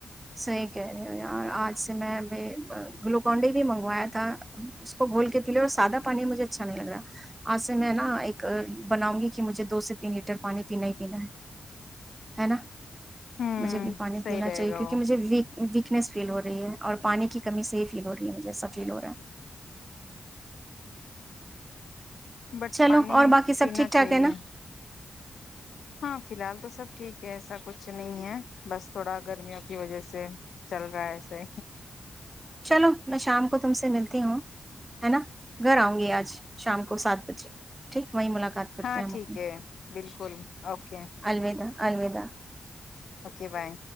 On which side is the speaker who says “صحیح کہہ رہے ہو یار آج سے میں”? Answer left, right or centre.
Right